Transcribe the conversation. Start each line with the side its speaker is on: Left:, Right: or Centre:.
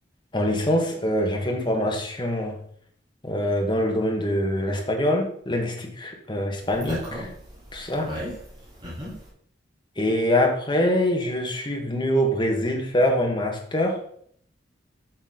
Left: en licence. Euh, j'ai fait une formation euh, dans le domaine de l'espagnol, linguistique euh, hispanique,
Right: d'accord,
Left: tout ça.
Right: ouais, mhm,
Left: Et après, je suis venu au Brésil faire un master.